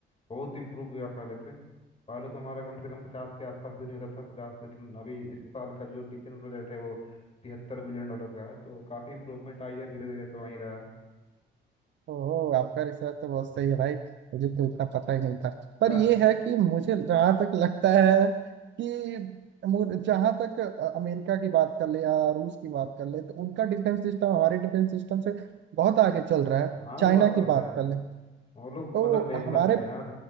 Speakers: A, on the left; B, on the right.
A: बहुत इम्प्रूव हुआ पहले से पहले तो हमारा कम से कम पचास के आसपास भी नहीं होता था पचास लेकिन अभी इस साल का जो डिफेंस बजट है वो तिहत्तर बिलियन डॉलर का है तो काफ़ी इम्प्रूवमेंट आई है धीरे धीरे तो आ ही रहा
B: ओहो आपका रिसर्च तो बहुत सही है भाई मुझे तो इतना पता ही नहीं था पर
A: है
B: ये
A: <laughs>
B: है कि मुझे जहाँ तक लगता है कि मु- जहाँ तक अ- अमेरिका की बात कर ले या रूस की बात कर ले तो उनका डिफेंस सिस्टम हमारे डिफेंस सिस्टम से बहुत आगे चल रहा है
A: हाँ
B: चाइना
A: वो बात तो
B: की बात
A: है
B: कर ले
A: वो लोग
B: तो
A: मतलब डेवलप्ड
B: हमारे
A: हैं यार